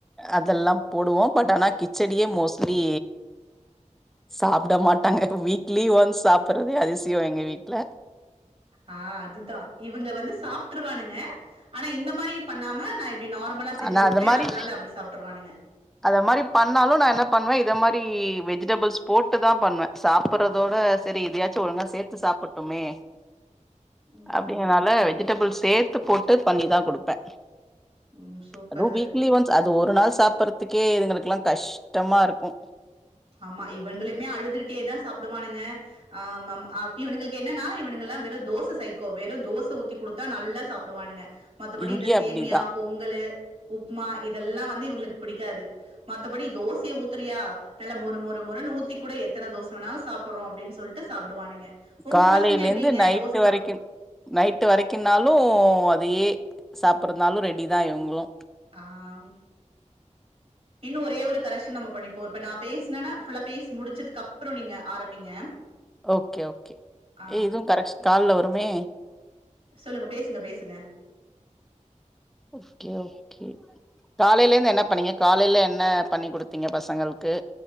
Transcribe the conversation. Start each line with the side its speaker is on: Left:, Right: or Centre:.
Centre: அதெல்லா போடுவோ பட் ஆனா கிச்சடியே மோஸ்ட்லி சாப்ட மாட்டாங்க வீக்லி ஒன்ஸ் சாப்பட்றதே அதிசயம் எங்க வீட்ல
Right: ஆ, அதுதா இவங்க வந்து சாப்ட்டுருவானுங்க ஆனா இந்த மாரி பண்ணாம நா இப் ப்டி நார்மலா செஞ்சு
Centre: ஆனா
Right: குடுப்பே
Centre: அது மாரி
Right: அதுனால அப்டி சாப்ட்ருவானுங்க.
Centre: அத மாரி பண்ணாலு நா என்ன பண்ணுவே இத மாரி வெஜிடபிள்ஸ் போட்டு தா பண்ணுவே சாப்பறதோட ஸ் செரி இதயாச்சு ஒழுங்கா சேத்து சாப்பட்டுமே
Right: ம்
Centre: அப்டிங்கனால
Right: ம் ம்
Centre: வெஜிடபிள் சேத்து போட்டு பண்ணிதா குடுப்பே.
Right: ம் சூப்பர்
Centre: அதுவு
Right: சார்.
Centre: வீக்லி ஒன்ஸ் அது ஒரு நாள் சாப்பறதுக்கே இதுங்களுக்குலா கஷ்டமாருக்கு.
Right: ஆமா இவுங்குளுமே அழுதுகிட்டேதா சாப்டுவானுங்க. ஆ மாம் ஆ இவுனுங்குளுக்கு என்னன்னா இவுனுங்கெல்லா வெறு தோச சைக்கோ வெறு தோச ஊத்தி குடுத்தா நல்லா சாப்டுவானுங்க மத்தபடி
Centre: இங்கயு
Right: இந்த சேமியா
Centre: அப்டிதா
Right: பொங் கலு உப்மா இதெல்லா வந்து இவுங்குளுக் பிடிக்காது மத்தபடி தோசைய ஊத்துறியா நல்லா மொறு மொறு மொறுனு ஊத்தி குடு எத்தன தோச வேணாலு சாப்பறோ அப்டின் சொல்ட்டு சாப்டுவானுங்க. உங்க
Centre: காலையிலேந்து
Right: பசங்க எப்டிங்க
Centre: நைட்டு
Right: தோச சாப்டு
Centre: வரைக்கு நைட்டு வரைக்குன்னாலு அதையே சாப்பர்துனாலு ரெடிதா இவுங்குளு.
Right: ஆ ம் இன்னு ஒரே ஒரு கரெஷன் நம்ம பண்ணிப்போ இப்ப நா பேஸ்னனா ஃபுல்லா பேசி முடிச்சதுக் அப்றோ நீங்க ஆரம்பிங்க.
Centre: ஓகே ஓகே
Right: ஆ
Centre: ஏ இது கரெக்ஸ் கால்ல வருமே.
Right: சொல்லுங்க பேசுங்க பேசுங்க.
Centre: Okay okay. காலைலந்து என்ன பண்ணீங்க காலைல என்ன பண்ணி குடுத்தீங்க பசங்கள்க்கு.